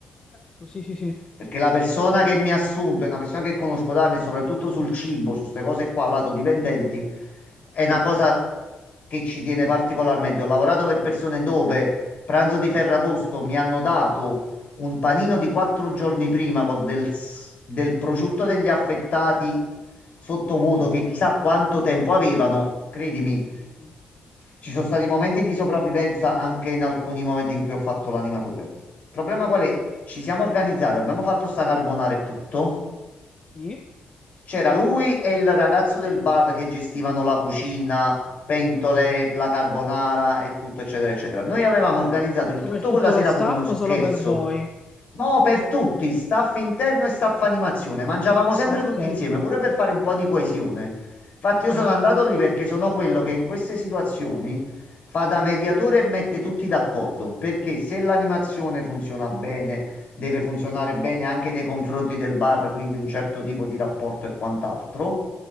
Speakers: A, on the left; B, on the left.
A: Giusto, Sì, sì, sì.
B: Perché la persona che mi ha assunto è una persona che conosco da anni e soprattutto sul cibo, su queste cose qua, al lato dipendenti, è una cosa che ci tiene particolarmente. Ho lavorato per persone dove pranzo di Ferragosto mi hanno dato un panino di quattro giorni prima con del, s- del prosciutto degli affettati sottovuoto che chissà quanto tempo avevano. Credimi,
A: Mm.
B: ci sono stati momenti di sopravvivenza anche in alcuni momenti in cui ho fatto l'animatore. Il problema qual è?
A: Lei.
B: Ci siamo organizzati, abbiamo fatto sta carbonara e tutto.
A: Sì.
B: C'era lui e il ragazzo del bar che gestivano la cucina, pentole, la carbonara e tutto, eccetera, eccetera. Noi avevamo organizzato il tutto
A: Per tutto
B: quella sera
A: lo staff
B: come uno scherzo.
A: o solo per voi?
B: No, per tutti, staff interno
A: Ah,
B: e
A: ok.
B: staff animazione. Mangiavamo sempre
A: Ah, ok.
B: tutti insieme, pure per fare un po' di coesione. Infatti
A: Ok,
B: io sono
A: ok.
B: andato lì perché sono quello che in queste situazioni fa da mediatore e mette tutti d'accordo, perché se l'animazione funziona bene, deve funzionare bene anche nei confronti del bar, quindi un certo tipo di rapporto e quant'altro.